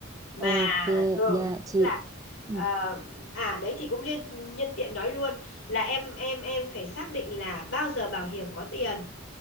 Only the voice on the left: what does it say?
mà
ừ
tức là
ờ, à đấy thì cũng liên nhân tiện nói luôn là em em em phải xác định là bao giờ bảo hiểm có tiền